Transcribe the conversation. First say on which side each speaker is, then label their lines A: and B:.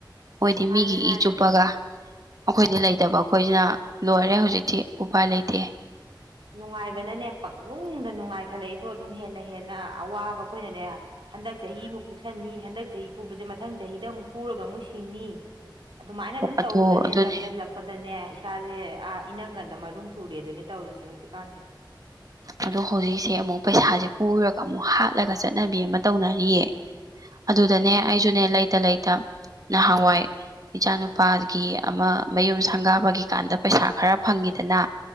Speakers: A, on the right; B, on the right.
A: ꯃꯣꯏꯗꯤ
B: ꯃꯥꯅꯤ
A: ꯃꯤꯒꯤ
B: ꯃꯥꯅꯤ
A: ꯏ ꯆꯨꯞꯄꯒ꯫ ꯑꯈꯣꯏꯗꯤ ꯂꯩꯇꯕ ꯑꯈꯣꯏꯁꯤꯅ ꯂꯣꯏꯔꯦ ꯍꯧꯖꯤꯛꯇꯤ ꯎꯄꯥꯏ ꯂꯩꯇꯦ꯫
B: ꯅꯨꯡꯉꯥꯏꯕꯅꯅꯦ ꯄꯪꯅꯨꯡꯗ ꯅꯨꯡꯉꯥꯏꯈꯠꯂꯛꯏꯗꯣ ꯑꯗꯨꯝ ꯍꯦꯜꯂꯦ꯫ ꯍꯦꯟꯅ ꯑꯋꯥꯕ ꯑꯈꯣꯏꯅꯅꯦ ꯍꯟꯗꯛ ꯆꯍꯤꯃꯨꯛ ꯄꯨꯁꯟꯅꯤ ꯍꯟꯗꯛ ꯆꯍꯤ ꯄꯨꯕꯖꯦ ꯃꯊꯪ ꯃꯊꯪ ꯆꯍꯤꯗ ꯑꯃꯨꯛ ꯄꯨꯔꯒ ꯑꯃꯨꯛ ꯁꯤꯡꯅꯤ ꯑꯗꯨꯃꯥꯏꯅ ꯑꯗꯨꯝ
A: ꯑꯗꯣ
B: ꯇꯧꯕꯗꯅꯦ
A: ꯑꯗꯨꯅꯦ
B: ꯅꯟꯖꯜꯂꯛ ꯄꯗꯅꯦ ꯏꯁꯥꯖꯦ ꯑꯥ ꯏꯅꯪꯒꯟꯗ ꯃꯔꯨꯝ ꯊꯨꯔꯦꯗꯨꯅꯦ ꯇꯧꯔꯤꯁꯦ ꯍꯧꯖꯤꯛꯀꯥꯟꯁꯦ꯫
A: ꯑꯗꯣ ꯍꯧꯖꯤꯛꯁꯦ ꯑꯃꯨꯛ ꯄꯩꯁꯥꯖꯦ ꯄꯨꯔꯒ ꯑꯃꯨꯛ ꯍꯥꯠꯂꯒ ꯆꯠꯅꯕꯤ ꯑꯃ ꯇꯧꯅꯔꯤꯌꯦ꯫
B: <inaudible>
A: ꯑꯗꯨꯗꯅꯦ ꯑꯩꯖꯨꯅꯦ ꯂꯩꯇ-ꯂꯩꯇ ꯅꯍꯥꯟꯋꯥꯏ꯫ ꯏꯆꯥꯅꯨꯄꯥꯒꯤ ꯑꯃ ꯃꯌꯨꯝ ꯁꯪꯒꯥꯕꯒꯤꯀꯥꯟꯗ ꯄꯩꯁꯥ ꯈꯔ ꯐꯪꯏꯗꯅ꯫